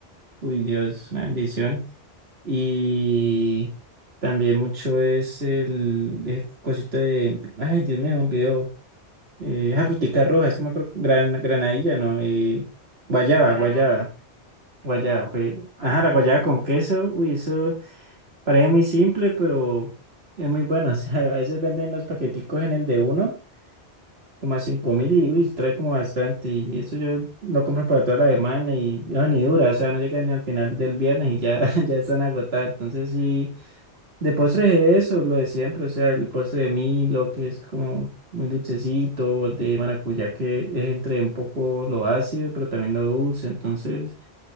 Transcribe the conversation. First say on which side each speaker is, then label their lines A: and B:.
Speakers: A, on the right (about 65°); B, on the right (about 85°).
A: uy Dios, una bendición. Y también mucho es el, el cosito de, ay Dios mío, me olvidó, eh, esa frutica roja, es que me acuerdo, gran, granadilla, ¿no? Eh, guayaba,
B: ¿Granada?
A: guayaba, guayaba,
B: ¿Guayaba?
A: fue,
B: Ah,
A: ajá, la guayaba con queso, uy, eso. Parece muy simple, pero es muy bueno. <laughs> O sea, a veces venden los paqueticos en el de uno, como a cinco mil y uy, trae como bastante. Y eso yo lo compro para toda la semana y eso ni dura. O sea, no llega ni al final del viernes y ya, <laughs> ya están agotados. Entonces sí, de postres es eso, lo de siempre, o sea, el postre de Milo, que es como muy dulcecito, el de maracuyá, que es entre un poco lo ácido, pero también lo dulce, entonces,